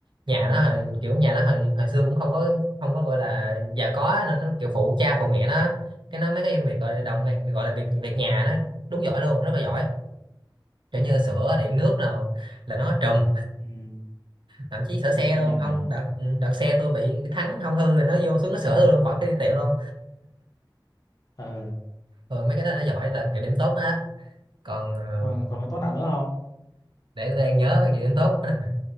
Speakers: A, on the right; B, on the left.
A: nhà
B: Ừ.
A: nó hồi- kiểu nhà nó hồi, hồi xưa cũng không có không có gọi là già có á, nên nó kiểu phụ cha phụ mẹ nó cái nó mấy cái việc gọi là đồng gọi là việc việc nhà nó đúng giỏi luôn rất là giỏi kiểu như sửa điện nước nào là nó trùm
B: Ừ.
A: thậm chí sửa xe
B: Công
A: luôn
B: nhận
A: ông
B: nhỉ.
A: đợt đợt xe tôi bị thắng hỏng hư rồi nó vô xuống nó sửa tôi luôn khỏi cái đi tiệm luôn
B: Ờ.
A: ừ, mấy cái đó nó giỏi là kiểu điểm tốt đó á. còn ờ,
B: Còn còn cái tốt nào nữa không?
A: để tôi đang nhớ mấy kiểu điểm tốt <laughs>